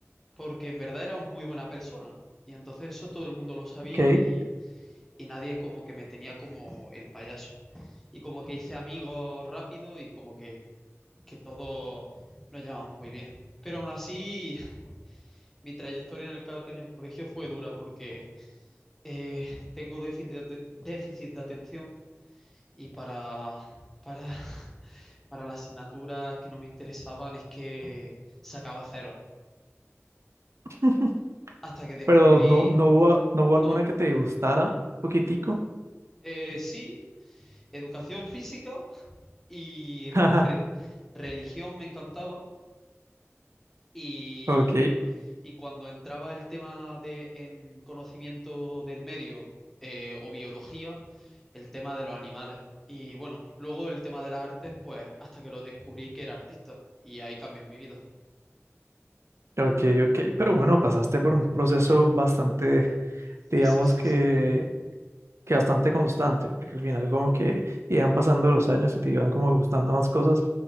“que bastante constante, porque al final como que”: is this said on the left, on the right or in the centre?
Right